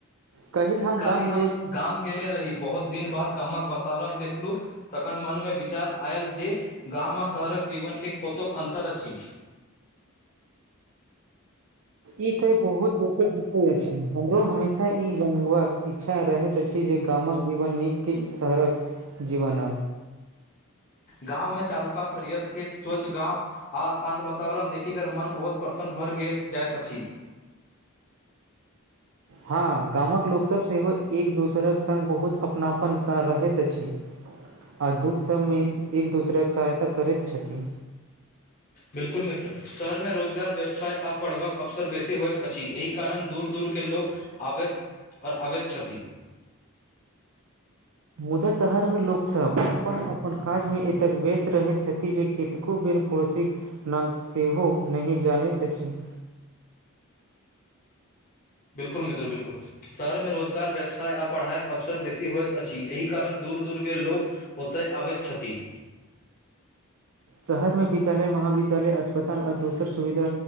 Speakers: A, on the right; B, on the left.
A: कहिल हम
B: काल्हि
A: गाम ल
B: गाम गेले रही बहुत दिन बाद गाम कऽ वातावरण देखलू। तखन मनमे विचार आयल जे गाम आ शहर कऽ जीवनके कतेक अन्तर अछि।
A: इ, ते बहुत रोच बते अछि, हमरो हमेशा इ जाना के इच्छा रहैत अछि। जे गाम कऽ जीवन निक शहरकऽ जीवन।
B: गाव मे चारुकात हरियर खेत स्वच्छ गाव। आ शान्त वातावरण देखि कऽ मन बहुत प्रसन्न भरि गेल जाइत अछि।
A: हँ, गाम कऽ लोकसभ सेहो एक दोसरक संग बहुत अपनापनसँ रहैत अछि। आ, दुख सभमे एक दोसराके सहायता करैत छथि।
B: बिल्कुल मित्र शहरमे रोजगार व्यवसाय आ पढ़बक अवसर बेसी होइत अछि, एहि। कारण दूर दूरके लोक आवैत आबैत छथि।
A: मुदा शहरमे लोकसभ अपन अपन काजमे एतेक व्यस्त रहैत अछि, जे। एकको बेर पड़ोसी नाम सेहो नहि जानैत अछि।
B: बिल्कुल मित्र बिल्कूल। शहरमे रोजगार व्यवसाय आ पढ़ाइक अवसर बेसी होइत अछि, एहि कारण दूर दूरके लोक। ओतय अबैत छथि।
A: शहरमे विद्यालय महाविद्यालय अस्पताल आ दोसर सुविधा